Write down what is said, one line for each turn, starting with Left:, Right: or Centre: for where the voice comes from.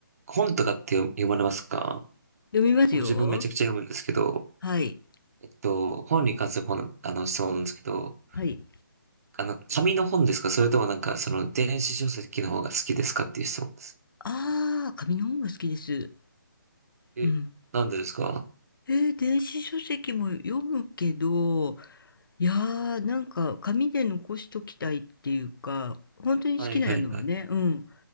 Right: 本とかって読読まれますか
Left: 読みますよ。
Right: 僕自分めちゃくちゃ読むんですけど、
Left: はい、
Right: えっと、本に関する本、あの、質問なんですけど、
Left: はい。
Right: あの、紙の本ですかそれともなんか、その、電子書籍の方が好きですかっていう質問です。
Left: ああ、紙の本が好きです。
Right: え、
Left: うん。
Right: なんでですか
Left: えー電子書籍も読むけど、いやー、なんか紙で残しときたいっていうか、本当に好きなのはね、
Right: はいはいはい。
Left: うん、